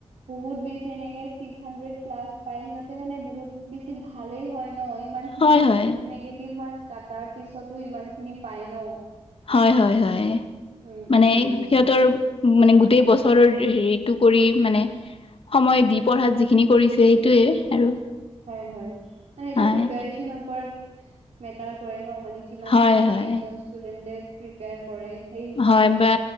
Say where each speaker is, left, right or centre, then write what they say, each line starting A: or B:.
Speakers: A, on the right; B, on the left.
A: বহুত বেছি এনেকে ছিক্স হাণ্ড্ৰেড প্লাছ পাই সিহঁতে মানে বহুত বেছি ভালেই হয় ন' ইমান
B: হয় হয়
A: নেগটিভ মাৰ্ক কাটাৰ পিছতো ইমানখিনি পাই ন'?
B: হয় হয় হয়,
A: উম
B: মানে
A: উম উম
B: সিহঁতৰ মানে গোটেই বছৰৰ হেৰিটো কৰি মানে সময় দি পঢ়াত যিখিনি কৰিছে সেইটোৱে আৰু।
A: হয়, হয় মানে এইটো
B: হয়
A: প্ৰিপচনৰ ওৰত মেটাৰ কৰে ন মানে। যিমান
B: হয়
A: খিনি
B: হয়
A: এজন ষ্টুডেণ্টে প্ৰিপেয়াৰ কৰে সেই হিচাপে।
B: হয় বা